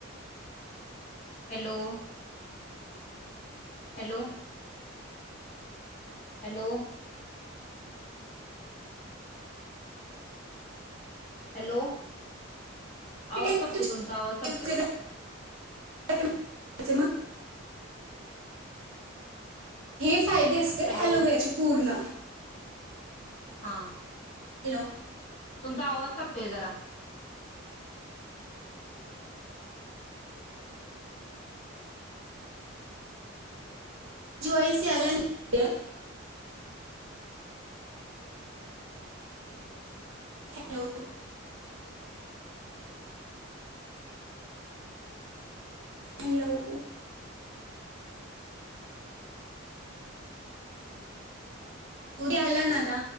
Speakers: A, on the left; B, on the right.
A: हॅलो हॅलो हॅलो हॅलो आवाज
B: ते-
A: ताटतोय तुमचा आवाज चढतोय
B: ते- <inaudible> फायदे असते.
A: हॅलो
B: एलोवेराची पूर्ण
A: हा
B: हॅलो
A: तुमचा आवाज तुटतोय जरा
B: जवाईस आल्यानं हॅलो हॅलो हो हला नाता